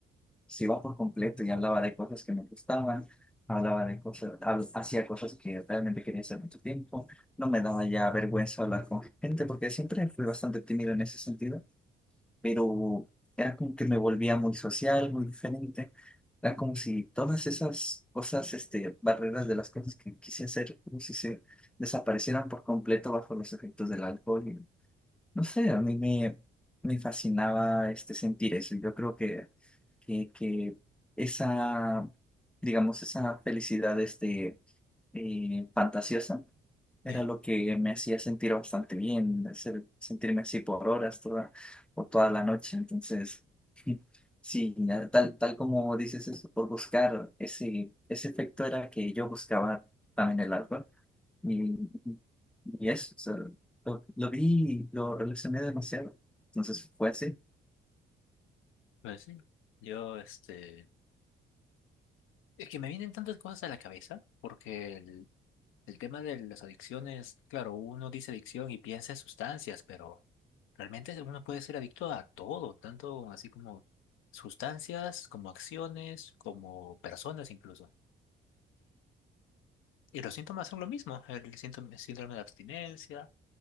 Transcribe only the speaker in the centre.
se iba por completo y hablaba de cosas que me gustaban, hablaba de cosas, hab- hacía cosas que realmente quería hacer mucho tiempo. No me daba ya vergüenza hablar con gente porque siempre fui bastante tímido en ese sentido pero era como que me volvía muy social, muy diferente. Era como si todas esas cosas, este, barreras de las cosas que quise hacer, como si se desaparecieran por completo bajo los efectos del alcohol. Y, no sé, a mí me, me fascinaba este, sentir eso. Yo creo que, que, que esa, digamos, esa felicidad este, eh, fantasiosa era
lo que me hacía sentir bastante bien, hacer, sentirme así por horas toda, o toda la noche. Entonces, <laughs> sí, ya tal, tal como dices eso, por buscar ese, ese efecto era que yo buscaba también el alcohol. Y, y eso, o sea, lo, lo vi, y lo relacioné demasiado. Entonces fue así,